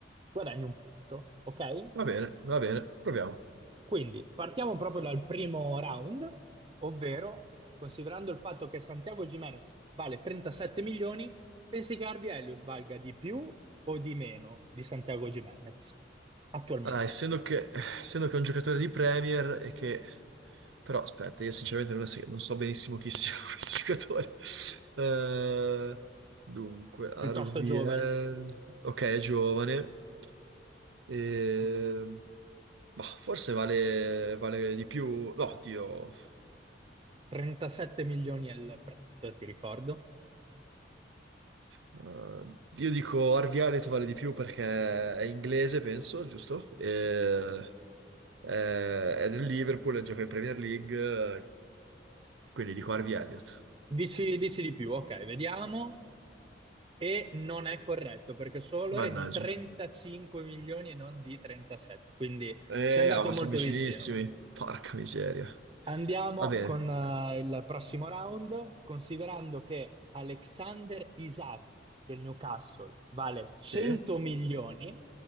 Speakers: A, on the right (about 25°); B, on the right (about 80°).
A: guadagni un punto, ok?
B: va bene, va bene, proviamo.
A: Quindi partiamo proprio dal primo round, ovvero considerando il fatto che Santiago Gimenez vale 37 milioni, pensi che Harvey Elliott valga di più o di meno di Santiago Gimenez attualmente?
B: Ah, essendo che, essendo che è un giocatore di Premier e che... Però aspetta, io sinceramente non, se- non so benissimo chi sia <laughs> questo giocatore. Eh, dunque, RVL...
A: Piuttosto giovane.
B: Ok, è giovane, e...
A: Mm.
B: Bah, forse vale, vale di più... No, Dio.
A: 37 milioni è il prezzo, ti ricordo.
B: Uh, io dico Arvialet vale di più perché è inglese, penso, giusto? E- è, è nel Liverpool, gioca in Premier League, eh, quindi dico Harvey Elliott.
A: Dici, dici di più, ok, vediamo. E non è corretto perché il suo valore
B: Mannaggia.
A: è di 35 milioni e non di 37, quindi
B: Eh,
A: si è andato
B: ah, ma
A: molto
B: sono vicinissimi.
A: vicino.
B: Porca miseria.
A: Andiamo
B: Va bene.
A: con eh, il prossimo round, considerando che Alexander Isaac del Newcastle vale
B: Sì.
A: 100 milioni,